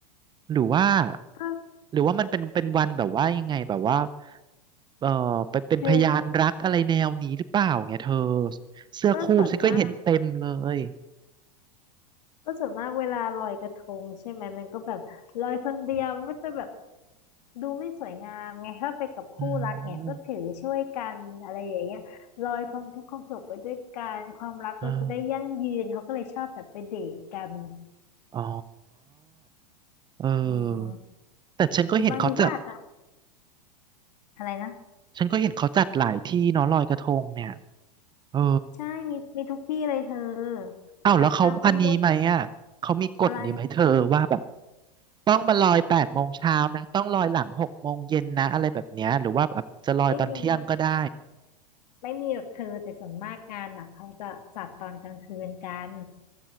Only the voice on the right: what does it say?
หรือว่า
หรือว่ามันเป็นเป็นวันแบบว่ายังไงแบบว่าเออไปเป็นพยานรักอะไรแนวนี้หรือเปล่าไงเธอ
เสื้อคู่ฉันก็เห็นเต็มเลย
อืมเออ อ๋อเออ
แต่ฉันก็เห็นเขาจัด
ฉันก็เห็นเขาจัดหลายที่เนาะลอยกระทงเนี่ยเออ
อ้าวแล้วเขาอันนี้ไหมอ่ะเขามีกฎนี้ไหมเธอว่าแบบ
ต้องมาลอยแปดโมงเช้านะต้องลอยหลังหกโมงเย็นนะอะไรแบบเนี้ยหรือว่าแบบจะลอยตอนเที่ยงก็ได้